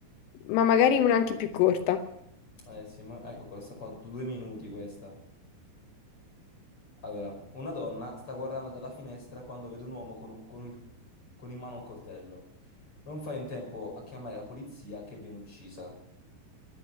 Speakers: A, on the left; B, on the left.
A: ma magari una anche più corta.
B: Eh sì, ma- ecco questa qua, du- due minuti questa. Allora, una donna sta guardando dalla finestra quando vede un uomo con, un- con il- con in mano un coltello. Non fa in tempo a chiamare la polizia che viene uccisa.